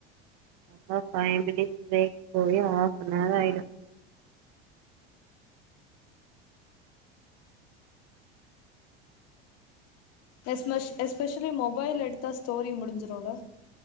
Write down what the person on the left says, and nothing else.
எஸ்ப எஸ்பெஷலி மொபைல் எடுத்தா ஸ்டோரி முடிஞ்சிருல்ல